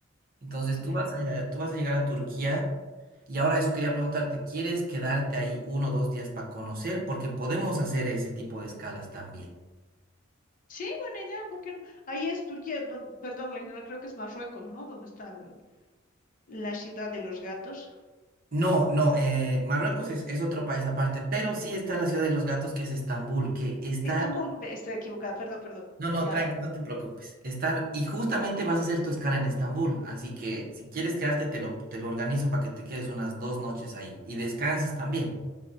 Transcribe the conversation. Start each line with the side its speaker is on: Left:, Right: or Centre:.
Right: Entonces
Left: Excelente.
Right: tú vas a, tú vas a llegar a Turquía y ahora eso quería preguntarte, ¿quieres quedarte ahí uno o dos días para conocer? Porque podemos hacer ese tipo de escalas también.
Left: Sí, buena idea, ¿por qué no? Ahí es Turquía, don- perdón, la ignoré, creo que es Marruecos, ¿no? Donde está el- la ciudad de los gatos.
Right: No, no, eh, Marruecos es, es otro país aparte, pero sí está la ciudad de los gatos que es Estambul, que está...
Left: Estambul, ve, estoy equivocada, perdón, perdón.
Right: No, no,
Left: Ya,
Right: tranqui, no te preocupes. Estar, y justamente vas a hacer tu escala en Estambul, así que si quieres quedarte, te lo, te lo organizo para que te quedes unas dos noches ahí y descanses también.